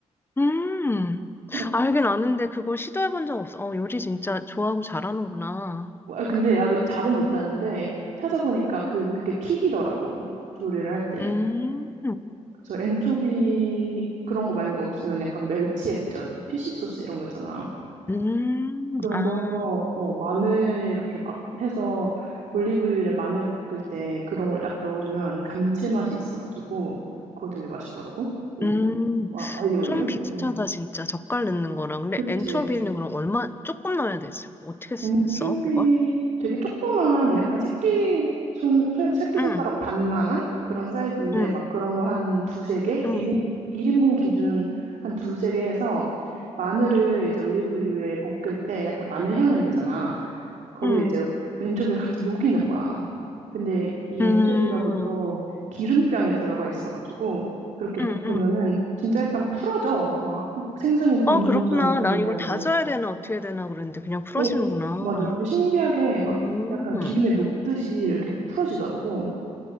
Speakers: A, on the left; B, on the right.
A: 음.
B: 약-
A: 알긴 아는데 그걸 시도해본 적 없어. 어, 요리 진짜 좋아하고 잘하는구나.
B: 아, 근데 나도 잘은 못하는데 찾아보니까 그, 그게 킥이더라고. 요리를 할 때.
A: 음,
B: 그래서 엔초비 그런 거 만약에 없으면 약간 멸치 액젓, 피쉬 소스 이런 거 있잖아.
A: 음,
B: 그런
A: 아,
B: 거 해서 어 마늘 이렇게 막 해서 올리브유에 마늘 볶을 때 그런 걸 딱 넣어주면 감칠맛이 있어가지고 그거 되게 맛있더라고 올리브유
A: 음.
B: 와 알리올리오
A: 좀 비슷하다,
B: 음
A: 진짜. 젓갈 넣는 거랑. 근데
B: 그치
A: 엔초비는 그럼 얼마, 조금 넣어야 되지. 어떻게 쓰-
B: 엔초비
A: 써, 그걸?
B: 되게 조그만 약간 새끼 손 손- 새끼
A: 응,
B: 손가락 반만한 그런 사이즈인데
A: 응,
B: 막 그런 거 한 두세 개
A: 응.
B: 1인 일인분 기준 한 두세 개 해서 마늘을
A: 응,
B: 이제 올리브유에 볶을 때 약간 마늘 향을 내잖아 거기에
A: 응,
B: 이제 엔초비를 같이 녹이는 거야. 근데 이
A: 응,
B: 엔초비가 보통 기름병에 들어가 있어가지고 그렇게 볶으면은
A: 응, 응.
B: 진짜 약간 풀어져. 막 생선이 굽는
A: 아, 그렇구나.
B: 것처럼 굽는
A: 난 이걸
B: 게 아니고,
A: 다져야 되나, 어떻게 해야 되나 그랬는데, 그냥 풀어지는구나.
B: 어? 맞아. 그게 신기하게 막
A: 음,
B: 약간 기름에 녹듯이 이렇게 풀어지더라고.